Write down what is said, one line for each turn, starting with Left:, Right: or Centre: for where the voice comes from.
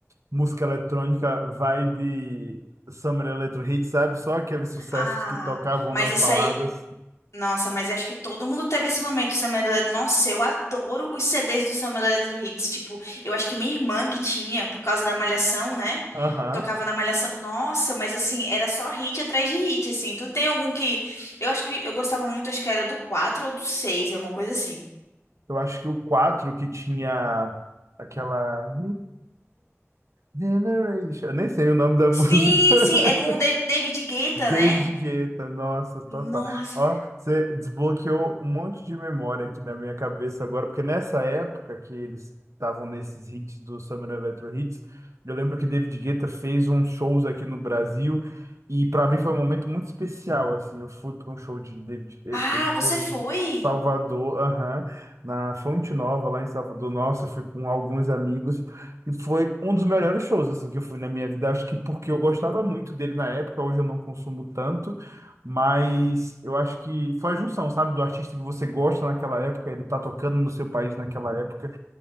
Right: música eletrônica, vibe Summer Electro Hits, sabe? Só aqueles sucessos
Left: Ah,
Right: que tocavam
Left: mas
Right: nas
Left: isso
Right: baladas.
Left: aí. Nossa, mas eu acho que todo mundo teve esse momento, Summer Electro. Nossa, eu adoro os CDs do Summer Electro Hits. Tipo, eu acho que minha irmã que tinha, por causa da Malhação, né?
Right: Aham.
Left: Tocava na Malhação. Nossa, mas assim, era só hit atrás de hit, assim. Tu tem algum que. Eu acho que eu gostava muito, acho que era do 4 ou do seis é uma coisa assim.
Right: Eu acho que o 4 que tinha aquela. Generation. Eu nem sei o nome da
Left: Sim,
Right: música. <laughs>
Left: sim, é com o Dav- David Guetta,
Right: David
Left: né?
Right: Guetta, nossa,
Left: Nossa.
Right: total. Ó, você desbloqueou um monte de memória aqui na minha cabeça agora, porque nessa época que eles estavam nesses hits do Summer Electro Hits, eu lembro que David Guetta fez uns shows aqui no Brasil e para mim foi um momento muito especial, assim, eu fui para um show de David, ele
Left: Ah,
Right: ele fez
Left: você foi?
Right: em Salvador, aham, na Fonte Nova, lá em Salvador. Nossa, eu fui com alguns amigos. E foi um dos melhores shows assim que eu fui na minha vida. Acho que porque eu gostava muito dele na época, hoje eu não consumo tanto, mas eu acho que foi a junção, sabe, do artista que você gosta naquela época, ele tá tocando no seu país naquela época